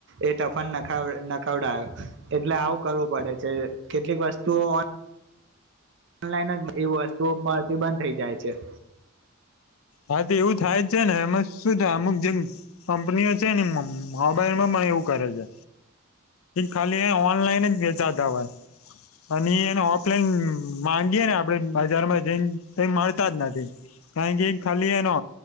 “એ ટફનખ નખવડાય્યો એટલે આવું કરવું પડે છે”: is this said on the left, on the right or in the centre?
Right